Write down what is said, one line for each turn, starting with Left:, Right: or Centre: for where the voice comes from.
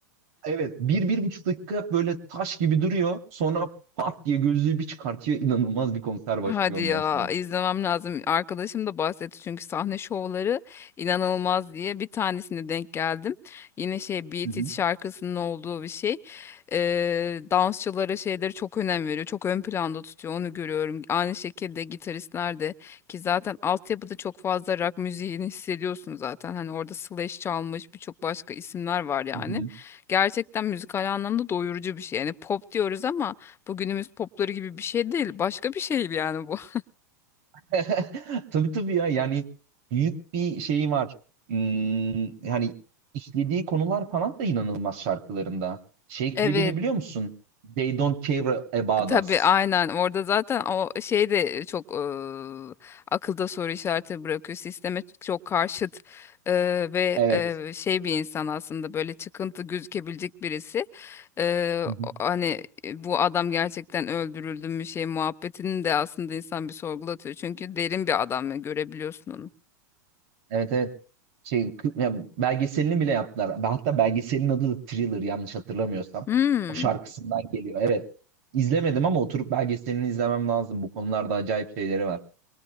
Right: Evet, bir, bir buçuk dakika böyle taş gibi duruyor. Sonra pat diye gözlüğü bir çıkartıyor. İnanılmaz bir konser başlıyor
Left: Hadi
Right: ondan
Left: ya
Right: sonra.
Left: izlemem lazım. Arkadaşım da bahsetti çünkü sahne şovları inanılmaz diye bir tanesine denk geldim. Yine şey Beat
Right: Hı hı.
Left: It şarkısının olduğu bir şey. Ee, dansçılara şeyleri çok önem veriyor. Çok ön planda tutuyor onu görüyorum. Aynı şekilde gitaristler de ki zaten altyapıda çok fazla rock müziğini hissediyorsun zaten. Hani orada Slash çalmış birçok başka isimler var yani.
Right: Hı hı.
Left: Gerçekten müzikal anlamda doyurucu bir şey. Yani pop diyoruz ama bu günümüz popları gibi bir şey değil. Başka bir şey yani bu. <laughs>
Right: <laughs> Tabii tabii ya yani büyük bir şey var. Hmm, yani işlediği konular falan da inanılmaz şarkılarında. Şey
Left: Evet.
Right: klibini biliyor musun? They Don't Care About
Left: Tabii
Right: Us.
Left: aynen orada zaten o şey de çok eee, akılda soru işareti bırakıyor. Sisteme çok karşıt eee, ve
Right: Evet.
Left: eee, şey bir insan aslında böyle çıkıntı gözükebilecek birisi. Eee,
Right: Hı hı.
Left: o- hani e, bu adam gerçekten öldürüldü mü şey muhabbetini de aslında insan bir sorgulatıyor. Çünkü derin bir adam ve görebiliyorsun onu.
Right: Evet evet. Şey, k- yani belgeselini bile yaptılar. Hatta belgeselin adı da Thriller yanlış hatırlamıyorsam.
Left: Hmm.
Right: O şarkısından geliyor. Evet. İzlemedim ama oturup belgeselini izlemem lazım. Bu konularda acayip şeyleri var.